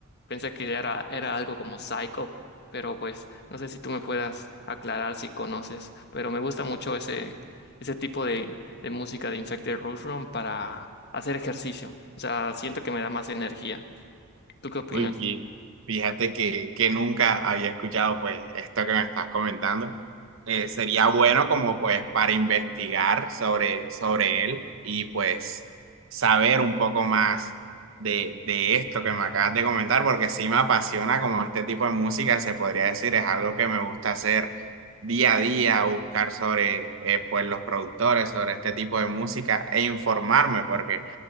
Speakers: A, on the left; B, on the right.
A: Pensé que era, era algo como Psycho, pero pues no sé si tú me puedas aclarar si conoces, pero me gusta mucho ese, ese tipo de, de música de Infected Mushroom para hacer ejercicio. O sea, siento que me da más energía. ¿Tú qué opinas?
B: Uy, y fíjate que, que nunca había escuchado pues esto que me estás comentando. Eh, sería bueno como pues para investigar sobre, sobre él y pues saber un poco más de, de esto que me acabas de comentar, porque sí me apasiona como este tipo de música, se podría decir, es algo que me gusta hacer día a día, buscar sobre eh, pues los productores, sobre este tipo de música e informarme, porque